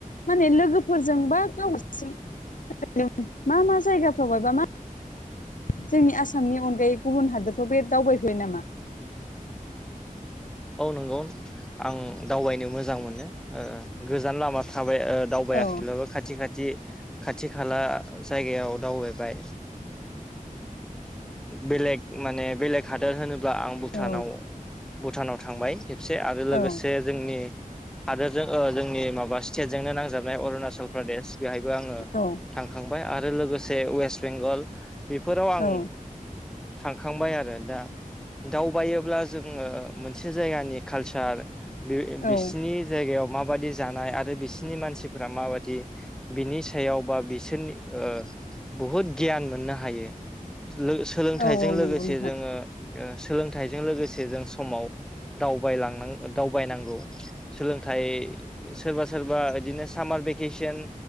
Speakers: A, on the left; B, in the centre.
A: माने लोगोफोरजों बा गावसि ओरैनो मा मा जायगाफ्राव एबा मा जोंनि आसामनि अनगायै गुबुन हादोरफ्राव बे दावबायफेरबाय नामा
B: औ नंगौ आं दावबायनो मोजां मोनो गोजान लामा थाबाय दावबायाखैब्लाबो
A: औ
B: खाथि खाथि खाथि खाला जायगायाव दावबायबाय बेलेग माने बेलेग हादोर होनोब्ला आं भुटानाव
A: औ
B: भुटानाव थांबाय खेबसे आरो लोगोसे
A: औ
B: जोंनि हादोरजों जोंनि माबा स्टेटजोंनो नांजाबनाय अरुणाचल प्रदेश बेहायबो आंङो
A: औ
B: थांखांबाय आरो लोगोसे वेस्ट बेंगल बेफोराव आं
A: औ
B: थांखांबाय आरो दा दावबायोब्ला जो मोनसे जायगानि कालचार बिसिनि
A: औ
B: जायगायाव माबादि जानाय आरो बिसिनि मानसिफोरा माबादि बिनि सायाव बा बिसोरनि बहुद गियान मोननो हायो सोलोंथाइजों
A: औ औ
B: लोगोसे
A: नंगौ नोंथां
B: जोंङो सोलोंथाइजों लोगोसे जों समाव दावबायलां दावबायनांगौ सोलोंथाइ सोरबा सोरबा बिदिनो सामार भेकेसन